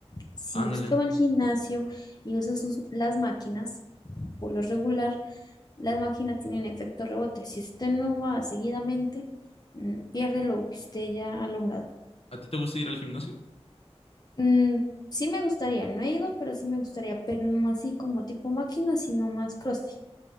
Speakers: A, on the left; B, on the left.
A: Si
B: Ándale.
A: usted va al gimnasio y usa sus, las máquinas, por lo regular, Las máquinas tienen efecto rebote. Si usted no va seguidamente, mm, pierde lo que usted ya ha logrado.
B: ¿A ti te gusta ir al gimnasio?
A: Mm, sí me gustaría, no he ido, pero sí me gustaría, pero no así como tipo máquina, sino más CrossFit,